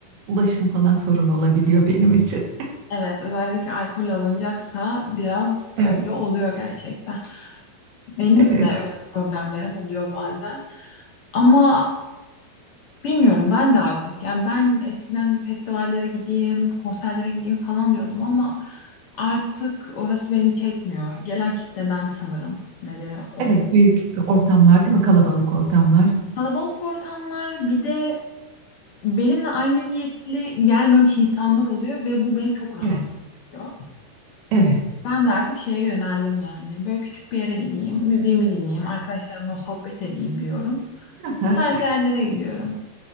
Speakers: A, on the right; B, on the left.
A: Ulaşım falan sorun olabiliyor benim için.
B: Evet, özellikle alkol alınacaksa biraz
A: Evet,
B: öyle oluyor gerçekten. Benim
A: evet,
B: de öyle problemlerim oluyor bazen. Ama Bilmiyorum ben de artık yani ben eskiden festivallere gideyim, konserlere gideyim falan diyordum ama artık orası beni çekmiyor. Gelen kitleden sanırım nedeni o.
A: evet. Büyük ortamlar, değil mi? Kalabalık ortamlar.
B: Kalabalık ortamlar bir de benimle aynı niyetli gelmemiş insanlar oluyor ve bu beni çok rahatsız
A: Evet,
B: ediyor.
A: evet.
B: Ben de artık şeye yöneldim yani böyle küçük bir yere gideyim, müziğimi dinleyeyim, arkadaşlarımla sohbet edeyim diyorum.
A: Ha,
B: O tarz yerlere gidiyorum.